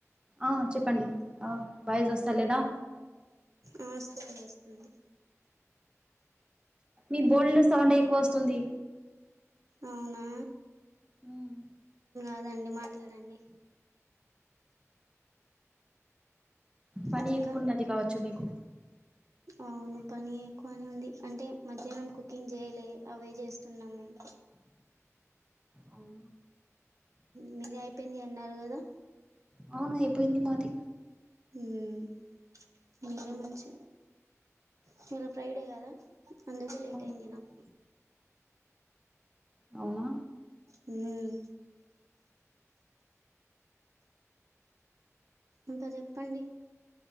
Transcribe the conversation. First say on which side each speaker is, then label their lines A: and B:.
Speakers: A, on the right (about 20°); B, on the right (about 70°).
A: ఆ చెప్పండి ఆ వాయిస్ వస్తా లేదా
B: ఆ వస్తుంది వస్తుంది
A: ఈ బోర్ల సౌండ్ ఎక్కువ వస్తుంది
B: అవునా
A: హమ్
B: అదండి మాట్లాడండి
A: పనీ
B: ఇంకా
A: ఎక్కువ ఉన్నది కావచ్చు మీకు
B: అవును పని ఎక్కువనే ఉంది అంటే మధ్యాహ్నం కుకింగ్ చేయలే అదే చేస్తున్నాం మేము
A: అవునా
B: మీది అయిపోయింది అన్నారు కదా
A: అవునా ఐపోయింది మాది
B: ఉమ్ మీరే మంచి ఇవ్వాళ ఫ్రైడే కదా అందుకే లేట్
A: అవును
B: అయింది నాకు
A: అవునా
B: ఉమ్ ఇంకా చెప్పండి